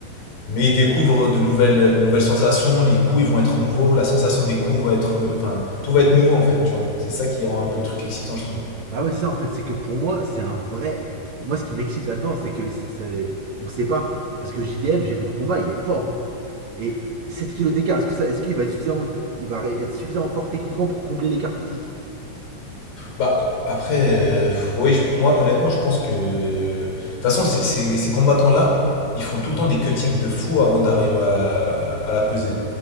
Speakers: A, on the left (about 65°); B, on the right (about 55°).
A: Mais il découvre de nouvelles, de nouvelles sensations, les coups, ils vont être nouveaux, la sensation des coups va être. Enfin, tout va être nouveau, en fait, tu vois. C'est ça qui rend un peu le truc excitant, je trouve.
B: Bah ouais, c'est ça en fait, c'est que pour moi, c'est un vrai. Moi, ce qui m'excite là-dedans, c'est que c'est- c'est. On sait pas. Parce que JDM, j'ai vu le combat, il est fort. hein. Et 7 kilos d'écart, est-ce que ça, est-ce qu'il va être suffisamment, il va être suffisamment fort techniquement pour combler l'écart physique
A: Bah, après, euh, oui, je- moi, honnêtement, je pense que. De toute façon, ces, ces- ces combattants-là, ils font tout le temps des cuttings de fou avant d'arriver à, à la peser.